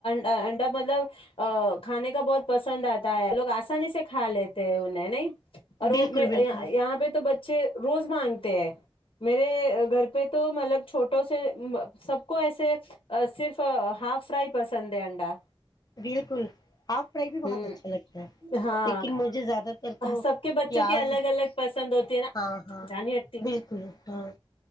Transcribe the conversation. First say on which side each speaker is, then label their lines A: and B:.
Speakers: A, on the left; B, on the left.
A: انڈا مطلب کھانے کا بہت پسند آتا ہے لوگ آسانی سے کھا لیتے ہیں انہیں نہیں اور وہ
B: بالکل
A: میں
B: بالکل
A: یہاں پہ تو بچ اچھے روز مانگتے ہیں میرے گھر پہ تو مطلب چھوٹوں سے سب کو ایسے صرف ہاف فرائی پسند ہے انڈا
B: بالکل ہاف فرائی بھی بہت
A: ہوں
B: اچھا لگتا ہے
A: ہاں
B: لیکن مجھے زیادہ تر تو
A: سب کے بچوں
B: پیاز
A: کی الگ الگ پسند ہوتی ہے نا
B: ہاں ہاں
A: جانی ہٹتی
B: بالکل ہاں